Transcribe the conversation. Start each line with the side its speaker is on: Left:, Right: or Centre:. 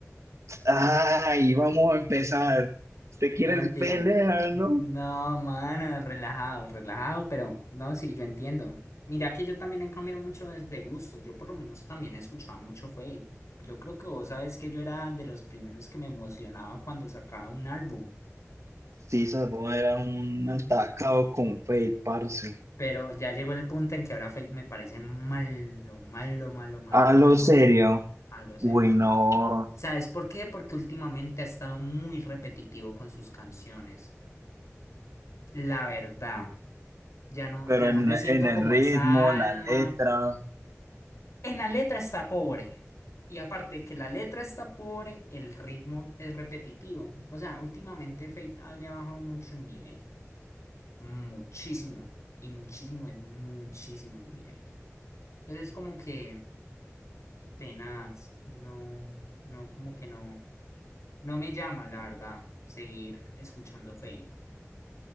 Right: Ay, vamos a empezar. ¿Te quieres
Left: No, mentira.
Right: pelear, no?
Left: No, mano, relajado, relajado, pero no, sí, yo entiendo. Mira que yo también he cambiado mucho desde gusto. Yo por lo menos también escuchaba mucho Fate. Yo creo que vos sabes que yo era de los primeros que me emocionaba cuando sacaba un álbum.
Right: Sí, Salvo era un atacado con Fate, parce.
Left: Pero ya llegó el punto en que ahora Fate me parece malo, malo, malo, malo,
Right: A
Left: mal
Right: lo serio.
Left: cantante. A lo serio.
Right: Uy, no.
Left: ¿Sabes por qué? Porque últimamente ha estado muy repetitivo con sus canciones. La verdad. Ya no,
Right: pero
Left: ya
Right: en,
Left: no le siento
Right: en el
Left: como
Right: ritmo,
Left: esa
Right: la
Left: alma.
Right: letra,
Left: En la letra está pobre. Y aparte que la letra está pobre, el ritmo es repetitivo. O sea, últimamente Feita le ha bajado mucho el nivel. Muchísimo. Y muchísimo es muchísimo el nivel. Entonces es como que tenaz. No, no, como que no. No me llama, la verdad, seguir escuchando Fate.